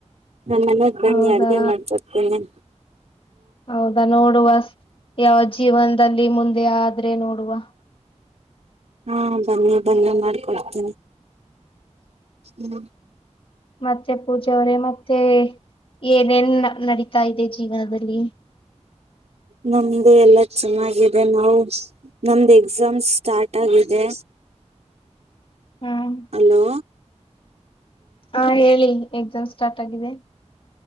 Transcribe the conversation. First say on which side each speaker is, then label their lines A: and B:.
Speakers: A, on the right (about 65°); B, on the left (about 50°).
A: ನಮ್ ಮನ್ಯಾಗ್ ಬನ್ನಿ
B: ಹೌದಾ
A: ಅಡ್ಗೆ ಮಾಡ್ಕೊಡ್ತಿನಿ
B: ಹೌದಾ ನೋಡುವ ಯಾವ್ ಜೀವನ್ದಲ್ಲಿ ಮುಂದೆ ಆದ್ರೆ ನೋಡುವ
A: ಹಾ ಬನ್ನಿ ಬನ್ನಿ ಮಾಡ್ಕೊಡ್ತಿನಿ ಹ್ಮ್
B: ಮತ್ ತ್ತೆ ಪೂಜೆ ಅವರೇ ಮತ್ತೆ ಏನೇನ್ ನಡೀತಾ ಇದೆ ಜೀವನದಲ್ಲಿ
A: ನಮ್ದು ಎಲ್ಲ ಚೆನ್ನಾಗಿದೆ ನಾವು ನಮ್ದು ಎಕ್ಸಾಮ್ ಸ್ಟಾರ್ಟ್ ಆಗಿದೆ
B: ಹ್ಮ್
A: ಹಲೋ
B: ಹಾ ಹೇಳಿ ಎಕ್ಸಾಮ್ ಸ್ಟಾರ್ಟ್ ಆಗಿದೆ